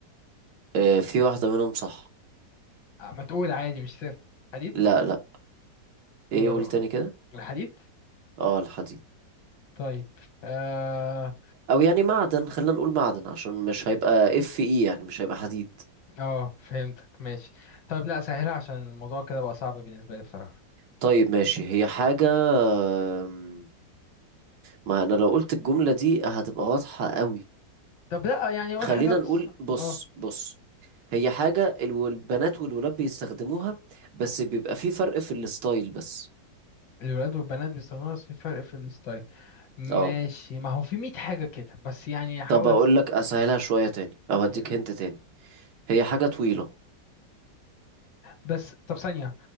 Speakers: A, on the right; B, on the left.
A: إيه في واحدة منهم صح
B: أه، ما تقول عادي مش سر حديد
A: لا لا
B: يبقى
A: ايه قول
B: له
A: تاني كده
B: الحديد
A: اه الحديد
B: طيب اه
A: او يعني معدن خلينا نقول معدن عشان مش هيبقى اف اي يعني مش هيبقى حديد
B: اه فهمتك ماشي طيب لا سهلها عشان الموضوع كده بقى صعب بالنسبه لي بصراحه
A: طيب ماشي هي حاجة أم، ما انا لو قلت الجملة دي هتبقى واضحة قوي
B: طب لا يعني قول
A: خلينا
B: حاجه بس
A: نقول بص
B: اه
A: بص هي حاجة الو- البنات والولاد بيستخدموها بس بيبقى في فرق في الستايل بس
B: الولاد والبنات بيستخدموها بس في فرق في الستايل ماشي
A: اه
B: ما هو في 100 حاجة كده بس يعني احاول
A: طب اقول
B: أس...
A: لك اسهلها شوية تاني او هديك
B: ي-
A: هنت تاني هي حاجة طويلة
B: بس طب ثانية